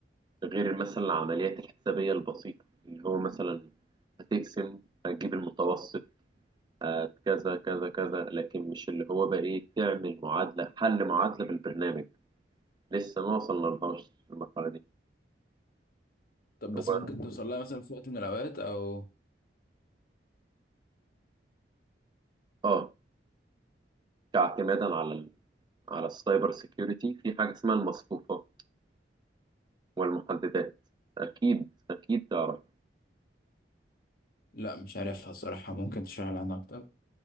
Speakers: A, on the right; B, on the left.
A: غير مثلا العمليات الحسابية البسيطة اللي هو مثلا هتقسم هتجيب المتوسط هت كذا كذا كذا لكن مش اللي هو بقى ايه تعمل معادلة حل معادلة بالبرنامج لسه ما وصلنا لهاش المرحلة دي
B: طب
A: هو
B: بس ممكن توصل لها مثلا في وقت من الاوقات او
A: اه كاعتمادا على ال... على السايبر سيكيورتي في حاجة اسمها المصفوفة والمحددات أكيد أكيد تعرف
B: لا مش عارفها الصراحه ممكن تشرح لي عنها اكتر